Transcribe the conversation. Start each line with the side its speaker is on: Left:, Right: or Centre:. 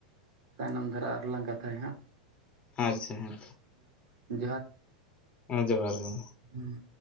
Right: ᱛᱟᱭᱱᱚᱢ ᱫᱷᱟᱨᱟ ᱟᱨᱚ ᱞᱟᱝ ᱠᱟᱛᱷᱟᱭᱟ ᱦᱟᱸᱜ
Left: ᱟᱪᱪᱷᱟ ᱦᱮᱸ
Right: ᱦᱮᱸ
Left: ᱦᱮᱸ ᱡᱚᱦᱟᱨ ᱜᱮ
Right: ᱦᱩᱸ